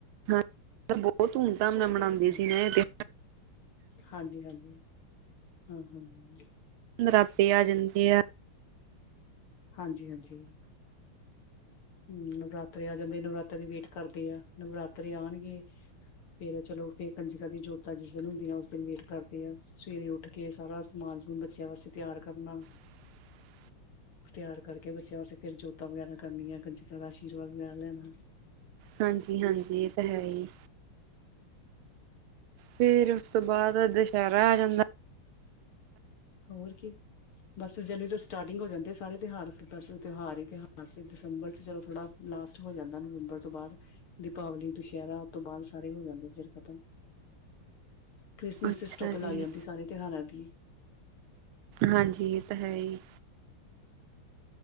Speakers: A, on the right; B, on the left.
A: ਹਾਂ ਬਹੁਤ ਧੂਮ ਧਾਮ ਨਾਲ ਮਨਾਉਂਦੇ
B: ਹਾਂ
A: ਸੀ ਐ ਤੇ।
B: ਹਾਂਜੀ ਹਾਂਜੀ। ਹਾਂ ਹਾਂ ਹਮ।
A: ਨਰਾਤੇ ਆ ਜਾਂਦੇ ਆ।
B: ਹਾਂਜੀ ਹਾਂਜੀ। ਹਮ ਨਵਰਾਤਰੇ ਆ ਜਾਂਦੇ ਨਵਰਾਤੇ ਵੇਟ ਕਰਦੇ ਆ ਨਵਰਾਤਰੇ ਆਉਣਗੇ। ਫੇਰ ਚਲੋ ਫਿਰ ਕੰਜਕਾ ਦੀਆਂ ਜੋਤਾ ਜਿਸ ਦਿਨ ਹੁੰਦੀਆ ਉਸ ਦਿਨ ਵੇਟ ਕਰਦੇ ਆ ਸਵੇਰੇ ਉੱਠ। ਕੇ ਸਾਰਾ ਸਮਾਨ ਸਮੂਨ ਬੱਚਿਆਂ ਵਾਸਤੇ ਤਿਆਰ ਕਰਨਾ।
A: <inaudible>
B: ਤਿਆਰ ਕਰਕੇ ਬੱਚਿਆਂ ਵਾਸਤੇ ਫੇਰ ਜੋਤਾਂ ਵਗੈਰਾ ਕਰਨੀਆਂ ਗੰਜਕਾਂ ਦਾ ਆਸ਼ੀਰਵਾਦ ਵਗੈਰਾ ਲੈਣਾ।
A: ਹਾਂਜੀ ਹਾਂਜੀ ਏ ਤਾਂ ਹੈ ਹੀ। ਫਿਰ ਉਸ ਤੋਂ ਬਾਅਦ ਦੁਸਹਿਰਾ ਆ ਜਾਂਦਾ।
B: ਹੋਰ ਕੀ। ਬਸ ਜਨਵਰੀ ਤੋਂ ਸਟਾਰਟਿੰਗ ਹੋ ਜਾਂਦੇ ਆ ਸਾਰੇ ਤਿਉਹਾਰ ਪਰਸੋਂ ਤਿਉਹਾਰ ਹੀ ਤਿਉਹਾਰ ਤੇ ਦਸੰਬਰ ਚਲੋ ਥੋੜਾ। ਲਾਸਟ ਹੋ ਜਾਂਦਾ ਨਵੰਬਰ ਤੋਂ ਬਾਅਦ ਦੀਪਾਵਲੀ ਦੁਸਹਿਰਾ ਤੋਂ ਬਾਅਦ ਸਾਰੇ ਹੋ ਜਾਂਦੇ ਫੇਰ ਖ਼ਤਮ। ਕ੍ਰਿਸਮਿਸ
A: ਅੱਛਾ
B: ਚ ਸਟੋਪ
A: ਜੀ
B: ਲੱਗ ਜਾਂਦੀ ਸਾਰੇ ਤਿਉਹਾਰਾਂ ਦੀ।
A: ਹਾਂਜੀ ਇਹ ਤਾਂ ਹੈ ਹੀ।